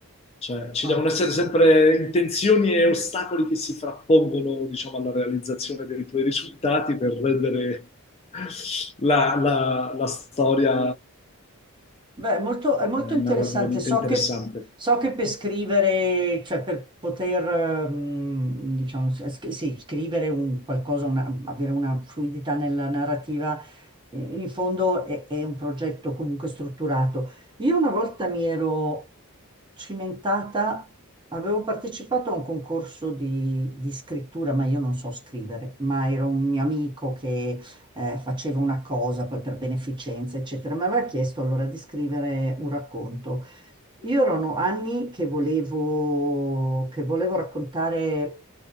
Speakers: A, on the left (about 25°); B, on the right (about 20°).
A: cioè ci
B: Ah.
A: devono essere sempre intenzioni e ostacoli che si frappongono, diciamo, alla realizzazione dei tuoi risultati per rendere la, la- la storia
B: Beh, è molto, è molto
A: eh,
B: interessante.
A: narrativamente
B: So
A: interessante.
B: che, so che per scrivere, cioè per poter, ehm, diciamo, s- s- sì, scrivere un qualcosa, una- avere una fluidità nella narrativa, eh, in fondo è, è un progetto comunque strutturato. Io una volta mi ero cimentata, avevo partecipato a un concorso di, di scrittura, ma io non so scrivere, ma era un mio amico eh, faceva una cosa poi per beneficenza, eccetera. Mi aveva chiesto allora di scrivere un racconto. Io erano anni che volevo, che volevo raccontare